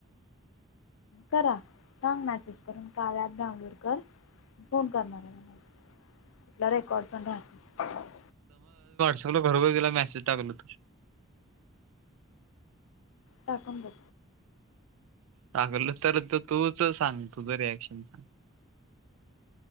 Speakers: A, on the left; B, on the right.
A: करा सांग मेसेज करून काल ॲप डाउनलोड कर फोन करणारऱ आहे आता रेकॉर्ड पण दाब
B: सगळं घरोघरी गेला मेसेज टाकल त
A: टाकून बघ
B: सगल तर तूच सांग तुझ रिॲक्शन सांग